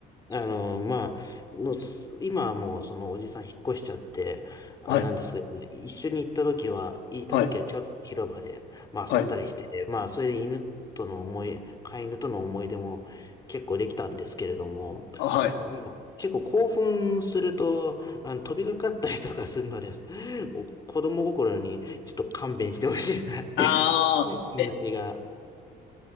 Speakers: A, on the left; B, on the left.
A: あの、まあ、もうす、今はもうそのおじさん引っ越しちゃって、あれなんですけど、
B: はい。
A: 一緒に行った時は、行った時は近くの広場で、
B: はい。
A: まあ遊んだりして、
B: はい。
A: まあそれで犬との思い、飼い犬との思い出も結構できたんですけれども、
B: はい。
A: もう結構興奮すると、あの、飛びかかったりとかするのです。お子供心にちょっと勘弁してほしいなっていう。
B: ああ、
A: 気持ちが。
B: え、